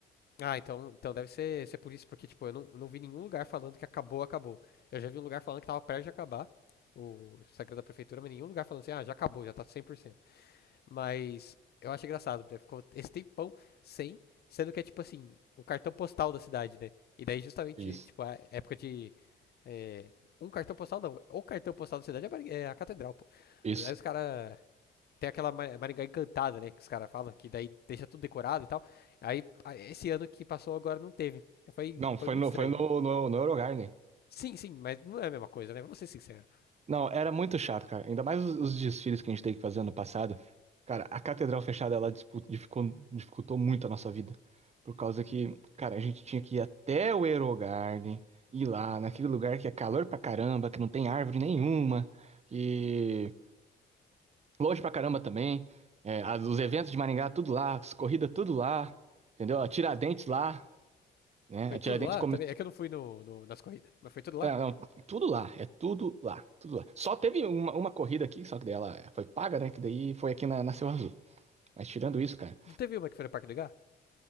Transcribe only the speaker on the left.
Ah, então, então deve ser, ser por isso, porque, tipo, eu não, não vi nenhum lugar falando que acabou, acabou. Eu já vi um lugar falando que tava perto de acabar, o Instagram da prefeitura, mas nenhum lugar falando assim, ah, já acabou, já tá 100%. Mas eu acho engraçado, né? Ficou esse tempão sem, sendo que é tipo assim, o cartão postal da cidade, né? E daí justamente,
tipo, a época de. é, um cartão postal não. O cartão postal da cidade é a Mari- é a catedral, pô.
Aí os caras. Tem aquela Ma- Maringá encantada, né? Que os caras falam, que daí deixa tudo decorado e tal. Aí, a- esse ano que passou agora não teve. É, Foi,
foi muito
estranho.
Sim, sim, mas não é a mesma coisa, né? Vamos ser sinceros.
Sim.
Foi
tudo lá também. É que eu não fui no, no- nas corridas, mas foi tudo lá.
Não teve uma que foi no Parque do Gá?